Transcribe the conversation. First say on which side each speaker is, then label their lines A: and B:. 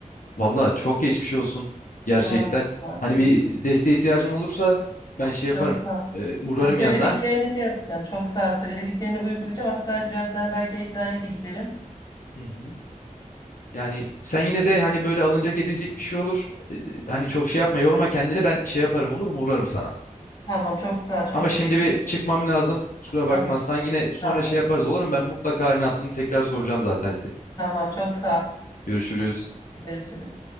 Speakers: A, on the left (about 75°); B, on the left (about 30°).
A: Valla çok geçmiş olsun gerçekten.
B: Ha, bak.
A: Hani bir desteğe ihtiyacın olursa ben şey
B: Çok
A: yaparım.
B: sağ ol.
A: Eee uğrarım
B: Ya Söylediklerini
A: yanına.
B: şey yapacağım. Çok sağ ol. Söylediklerini uygulayacağım. Hatta birazdan belki eczaneye de giderim.
A: Hı hı. Yani sen yine de hani böyle alınacak edilecek bir şey olur. Ee, hani çok şey yapma yorma kendini ben şey yaparım olur mu uğrarım sana.
B: Tamam çok sağ ol. Çok
A: Ama
B: teşekkür
A: şimdi bir
B: ederim.
A: çıkmam lazım. Kusura bakmazsan
B: Tamam.
A: yine sonra
B: Tamam.
A: şey yaparız olur mu? Ben mutlaka halini hattını tekrar soracağım zaten senin.
B: Tamam çok sağ ol.
A: Görüşürüz.
B: Görüşürüz.